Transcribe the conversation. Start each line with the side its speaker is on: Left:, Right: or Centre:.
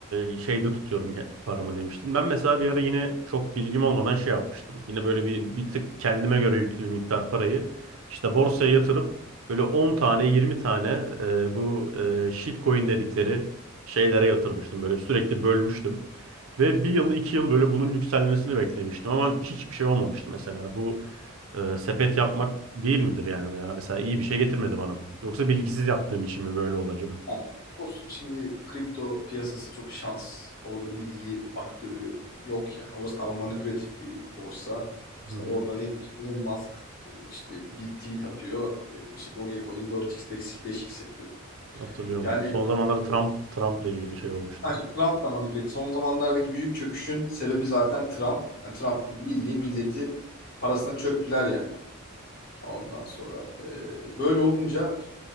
Right: e, şeyde tutuyorum ke- paramı demiştin. Ben mesela bir ara yine çok bilgim olmadan şey yapmıştım. Yine böyle bir bir tık kendime göre yüklü bir miktar parayı işte borsaya yatırıp böyle 10 tane 20 tane e, bu e, shitcoin dedikleri şeylere yatırmıştım. Böyle sürekli bölmüştüm. Ve bir yıl iki yıl böyle bunun yükselmesini beklemiştim ama hiçbir şey olmamıştı mesela. Bu e, sepet yapmak değil midir yani? Veya Mesela iyi bir şey getirmedi bana bu. Yoksa bilgisiz yaptığım için mi böyle oldu acaba?
Left: Yani olsun şimdi kripto piyasası çok şans. Orada bilgi faktörü yok yani. Orası tamamen manipülatif bir borsa.
Right: <laughs>
Left: İşte orada ne diyorsun? Elon Musk e, işte bir tweet atıyor. E, İşte Dogecoin 4x 5x yapıyor.
Right: Hatırlıyor musun?
Left: Yani
Right: Son zamanlarda Trump
Left: e,
Right: Trump'la ilgili şey olmuştu.
Left: Ha, işte Trump da manipülatif. Son zamanlardaki büyük çöküşün sebebi zaten Trump. Yani Trump bildiği milleti parasına çöktüler yani. Ondan sonra e, böyle olunca